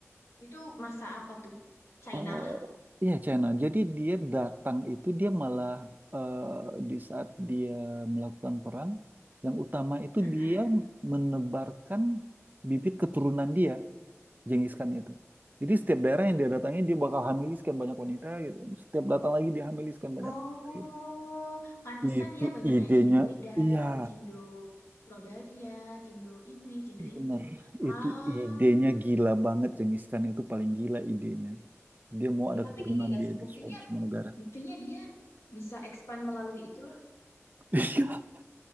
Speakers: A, on the left; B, on the right.
A: Itu masa apa tuh? China
B: Eh,
A: kah?
B: Iya China. Jadi dia datang itu dia malah eh, di saat dia melakukan perang yang utama itu
A: Mm-mm.
B: dia menebarkan bibit keturunan dia. Genghis Khan itu. Jadi setiap daerah yang dia datangi dia bakal hamiliskan banyak wanita gitu. Setiap datang lagi dia hamiliskan banyak
A: Oh,
B: wanita gitu.
A: pantesan
B: Itu
A: ya banyak
B: idenya,
A: kayak Cindo Medan,
B: iya
A: Cindo Surabaya, Cindo ini, Cindo
B: bener.
A: itu. Ah,
B: Itu idenya gila banget Genghis Khan itu paling gila idenya. Dia mau ada
A: ya tapi
B: keturunan
A: ini nggak
B: dia
A: sih
B: di
A: buktinya,
B: semua, semua negara.
A: buktinya dia bisa expand melalui itulah,
B: <laughs>